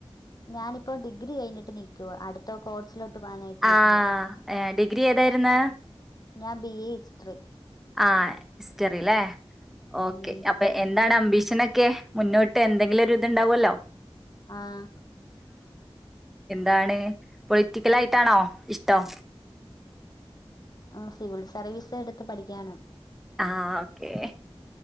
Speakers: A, on the left; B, in the centre.
A: ഞാനിപ്പോ ഡിഗ്രി കഴിഞ്ഞിട്ട് നിക്കുവാ അടു ത്ത കോഴ്‌സിലോട്ട് പോവാനായിട്ട്
B: ആഹ്
A: നിക്കുവാ
B: ഡിഗ്രി ഏതായിരുന്നു
A: ഞാൻ ബി എ ഹിസ്റ്ററി
B: ആഹ് ഹിസ്റ്ററി അല്ലേ ഓക്കെ
A: ഉം
B: അപ്പൊ എന്താണ് അംബീഷനൊക്കെ മുന്നോട്ട് എന്തെങ്കിലും ഒരിതുണ്ടാവുവല്ലോ
A: ആഹ്
B: എന്താണ് പൊളിറ്റിക്കൽ ആയിട്ടാണോ ഇഷ്ടം
A: ആഹ് സിവിൽ സർവീസ് എടുത്ത് പഠിക്കാനം
B: ആഹ് ഓക്കേ